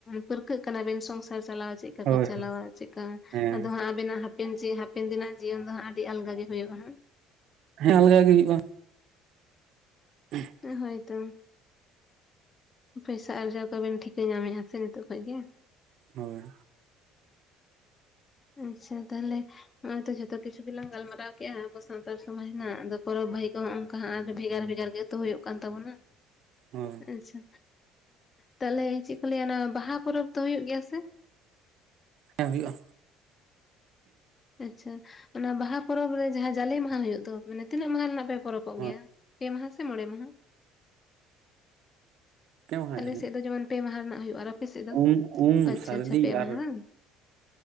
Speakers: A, on the left; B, on the right.
A: ᱯᱟᱹᱨᱠᱟᱹᱜ ᱠᱟᱱᱟ ᱵᱮᱱ ᱥᱚᱝᱥᱟᱨ ᱪᱟᱞᱟᱣ ᱪᱮᱫ? ᱪᱮᱜᱠᱟ
B: ᱦᱳᱭ
A: ᱠᱚ ᱪᱟᱞᱟᱣᱟ ᱪᱮᱜᱠᱟ
B: ᱦᱮᱸ
A: ᱟᱫᱚ ᱦᱟᱸᱜ ᱟᱵᱤᱱᱟᱜ ᱦᱟᱯ ᱤᱧ ᱪᱟᱭᱟ ᱦᱟᱯᱮᱱ ᱫᱤᱱᱟᱜ ᱡᱤᱭᱚᱱ ᱫᱚ ᱦᱟᱸᱜ ᱟᱹᱰᱤ ᱟᱞᱜᱟ ᱜᱮ ᱦᱳᱭᱳᱜᱼᱟ ᱦᱟᱸᱜ᱾
B: ᱦᱮᱸ ᱟᱞᱜᱟ ᱜᱮ ᱦᱩᱭᱩᱜᱼᱟ <unintelligible>
A: ᱦᱳᱭᱛᱚ ᱯᱚᱭᱥᱟ ᱟᱨᱡᱟᱣ ᱠᱚᱵᱮᱱ ᱴᱷᱤᱠᱟᱹ ᱧᱟᱢᱮᱫᱼᱟ ᱥᱮ ᱱᱤᱛᱚᱜ ᱠᱷᱚᱱ ᱜᱮ
B: ᱦᱳᱭ
A: ᱟᱪᱪᱷᱟ ᱛᱟᱦᱚᱞᱮ ᱱᱚᱜᱼᱚᱭ ᱛᱚ ᱡᱚᱛᱚ ᱠᱤᱪᱷᱩ ᱞ ᱜᱟᱞᱢᱟᱣ ᱠᱮᱫᱼᱟ ᱟᱵᱚ ᱥᱟᱱᱛ ᱥᱚᱢᱟᱡᱽ ᱨᱮᱱᱟᱜ ᱟᱫᱚ ᱯᱚᱨᱚᱵᱽ ᱵᱷᱟᱹᱦ ᱠᱚᱜ ᱱᱚᱠᱟ ᱵᱷᱮᱜᱟᱨ ᱵᱷᱮᱜᱟᱨ ᱜᱮ ᱦᱩᱭᱩᱜ ᱠᱟᱱ ᱛᱟᱵᱚᱱᱟ
B: ᱦᱳᱭ
A: ᱟᱪᱪᱷᱟ ᱛᱟᱞᱦᱮ ᱪᱮᱫ ᱠᱚ ᱞᱟᱹᱭᱟ ᱚᱱᱟ ᱵᱟᱦᱟ ᱯᱚᱨᱚᱵᱽ ᱫᱚ ᱦᱩᱭᱩᱜ ᱜᱮᱭᱟ ᱥᱮ
B: ᱦᱮᱸ ᱦᱩᱭᱩᱜᱼᱟ
A: ᱟᱪᱪᱷᱟ ᱚᱱᱟ ᱵᱟᱦᱟ ᱯᱚᱨᱚᱵᱽ ᱨᱮ ᱡᱟᱦᱟᱸ ᱡᱟᱞᱮ ᱢᱟᱦᱟ ᱦᱩᱭᱩᱜ ᱫᱚ ᱢᱟᱱᱮ ᱛᱤᱱᱟᱹ ᱢᱟᱦᱟ ᱨᱮᱱᱟᱜ ᱯᱮ ᱯᱚᱨᱚᱯᱚᱜ
B: ᱦᱳᱭ
A: ᱜᱮᱭᱟ ᱯᱮ ᱢᱟᱦᱟ ᱥᱮ ᱢᱚᱬᱮ ᱢᱟᱦᱟ
B: ᱯᱮ ᱢᱟᱦᱟ
A: ᱟᱞᱮᱮᱥᱮᱫ
B: ᱡᱟᱹᱱᱤᱡ
A: ᱫᱚ ᱡᱮᱢᱚᱱ ᱯᱮ ᱢᱟᱦᱟ ᱨᱮᱱᱟᱜ ᱦᱩᱭᱩᱜᱼᱟ ᱟᱨ ᱟᱯᱮ ᱥᱮᱫ ᱫᱚ
B: ᱩᱢ ᱩᱢ
A: ᱟᱪᱪᱷᱟ
B: ᱥᱟᱹᱨᱫᱤ
A: ᱟᱪᱪᱷᱟ ᱯᱮ
B: ᱟᱨ
A: ᱢᱟᱦᱟ ᱵᱟᱝ